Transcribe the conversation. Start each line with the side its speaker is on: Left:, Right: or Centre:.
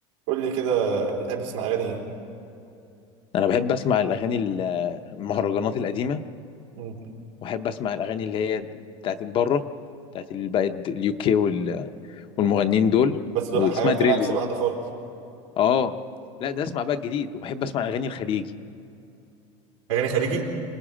Right: قول لي كده بتحب تسمع اغاني ايه
Left: انا بحب اسمع الاغاني ال- المهرجانات القديمه
Right: مم.
Left: واحب اسمع الاغاني اللي هي بتاعت بره بتاعت ال- بقى اليو كي والمغنيين دول
Right: بس دول
Left: واسمها
Right: حاجتين
Left: دريلز
Right: عكس بعض
Left: يعني
Right: خالص
Left: اه لا ده اسمع بقى الجديد وبحب اسمع الاغاني الخليجي
Right: اغاني خليجي